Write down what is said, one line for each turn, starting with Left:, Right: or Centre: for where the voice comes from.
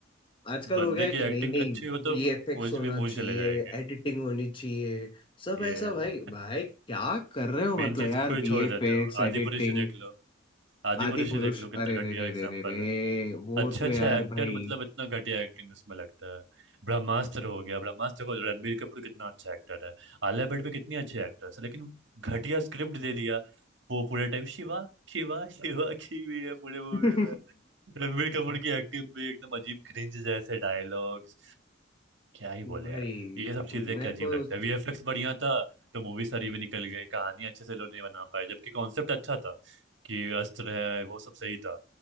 Left: आजकल
Right: बंदे
Left: हो गया है कि
Right: की एक्टिंग
Left: नहीं नहीं
Right: अच्छी हो तो
Left: वीएफएक्स
Right: कुछ
Left: होना
Right: भी मूवी
Left: चाहिए
Right: चले जाएंगे
Left: एडिटिंग होनी चाहिए सब
Right: ये
Left: ऐसा भाई भाई क्या कर रहे हो
Right: मेन
Left: मतलब
Right: चीज
Left: यार
Right: को ही छोड़
Left: वीएफएक्स
Right: देते हो आदिपुरुष
Left: एडिटिंग
Right: ही देख लो आदिपुरुष
Left: आदि पुरुष
Right: ही देख लो कितना
Left: अरे
Right: घटिया
Left: रे रे
Right: एग्जाम्पल
Left: रे रे रे
Right: है
Left: वो
Right: अच्छा
Left: तो
Right: अच्छा
Left: यार
Right: एक्टर
Left: भाई
Right: मतलब इतना घटिया एक्टिंग उसमें लगता है ब्रह्मास्त्र हो गया ब्रह्मास्त्र को रणबीर कपूर कितना अच्छा एक्टर है आलिया भट्ट भी कितनी अच्छी एक्ट्रेस है लेकिन घटिया स्क्रिप्ट दे दिया वो पूरे टाइम शिवा शिवा शिवा की हुई है पूरे मूवी
Left: <laughs>
Right: में रणबीर कपूर की एक्टिंग भी एकदम अजीब क्रिंज जैसे डायलॉग क्या ही बोले
Left: भाई
Right: यार ये सब चीज
Left: मेरे
Right: देख के अजीब
Left: को
Right: लगता है वीएफएक्स बढ़िया था तो मूवी सारी भी निकल गई कहानी अच्छे से लोग नहीं बना पाए जबकि कॉन्सेप्ट अच्छा था कि अस्त्र है वो सब सही था